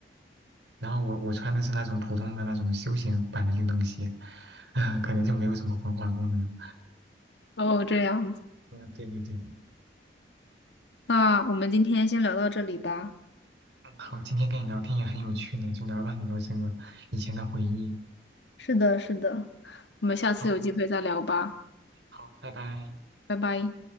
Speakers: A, on the right; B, on the left.
A: 然后我我穿的是那种普通的那种休闲版的运动鞋，<laughs> 可能就没有什么防滑功能。
B: 哦，这样子。
A: 嗯，对对对，
B: 那我们今天先聊到这里吧，
A: 嗯，好，今天跟你聊天也很有趣呢，就聊了很多这个以前的回忆。
B: 是的，是的，我们下次有机会再聊吧，
A: 好，好，拜拜。
B: 拜拜。